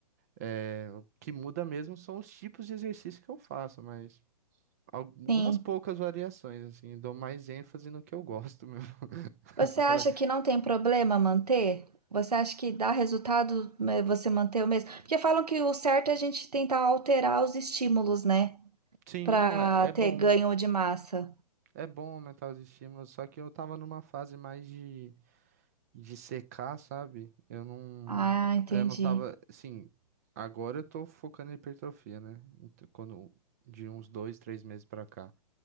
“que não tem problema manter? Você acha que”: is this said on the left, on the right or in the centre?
Right